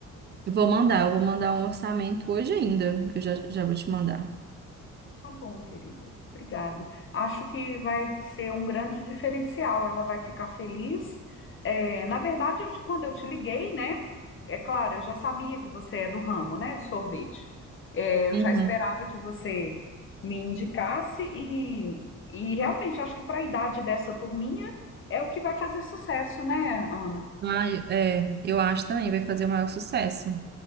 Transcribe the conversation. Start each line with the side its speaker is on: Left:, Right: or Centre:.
Right: Eu vou mandar, eu vou mandar um orçamento hoje ainda. Eu já, já vou te mandar.
Left: Tá bom, querida. Obrigada. Acho que vai ser um grande diferencial. Ela vai ficar feliz. É, na verdade, eu te- quando eu te liguei, né? É claro, eu já sabia que você é do ramo, né, de sorvete. É, eu
Right: Uhum.
Left: já esperava que você me indicasse e, e realmente acho que para a idade dessa turminha é o que vai fazer sucesso, né, Ana?
Right: Ai, é, eu acho também, vai fazer o maior sucesso.